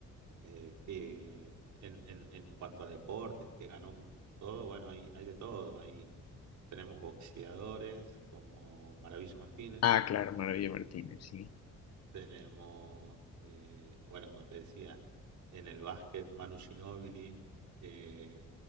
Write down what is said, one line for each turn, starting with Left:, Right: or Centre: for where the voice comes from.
Right: eh, que en, en, en cuanto a deportes, que ganó todo, bueno, hay, hay de todo. Hay, tenemos boxeadores como Maravilla Martínez,
Left: Ah, claro, Maravilla Martínez,
Right: eh,
Left: sí.
Right: tenemos, eh, bueno, como te decía, en el básquet Manu Ginóbili, eh,